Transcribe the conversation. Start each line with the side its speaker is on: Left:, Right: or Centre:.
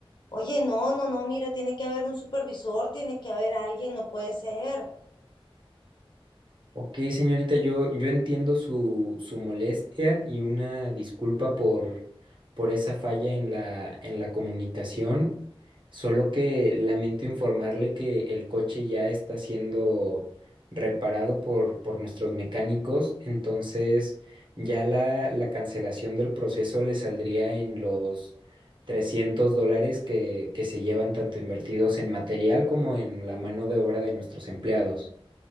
Left: Oye, no, no, no, mira, tiene que haber un supervisor, tiene que haber alguien, no puede ser.
Right: Ok, señorita, yo, yo entiendo su, su molestia y una disculpa por, por esa falla en la, en la comunicación, solo que lamento informarle que el coche ya está siendo reparado por, por nuestros mecánicos, entonces ya la, la cancelación del proceso le saldría en los 300 dólares que, que se llevan tanto invertidos en material como en la mano de obra de nuestros empleados.